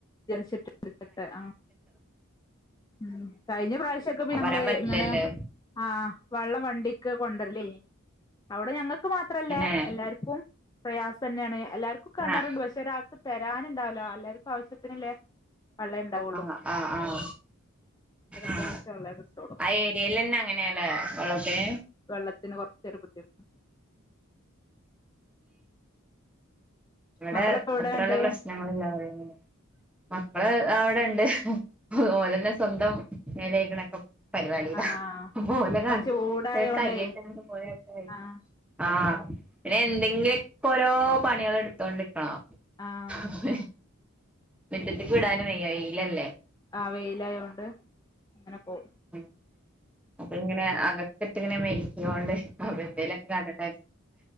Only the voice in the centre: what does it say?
പറയാൻ പറ്റില്ലല്ലോ
പിന്നെ
ആ
ആഹ് ആഹ് ആഹ
ആഹ
ആ ഏരിയൽ തന്നെ അങ്ങനെയാല്ലേ വള്ളത്തിന്
ഇവിടെ
അത്ര വല്ല പ്രശ്ന ഞങ്ങളില്ലാതെ മക്കള് അവിടെ ഇണ്ട് ഓലെന്നെ സ്വന്തം മേല്ക ഴ് കണൊക്കെ പരിപാടിയിലാ
ഓലെ
കാ
കൈയട്ടെപോയിനോക്കാൻ
ആഹ് പിന്നെ എന്തെങ്കിലൊക്കെ ഓരോ പണി കൾ ഇടുത്തോണ്ടിരിക്കണം
ഹി ഹി മുറ്റത്തിക്ക് വിടാനും വയ്യ വെയിലല്ലേ
ഉ അപ്പൊ ഇങ്ങനെ അകത്തിട്ട് ഇങ്ങനെ മെരിക്കൊണ്ട് അപ്പ എന്തേലൊക്കെ കാട്ടട്ടെ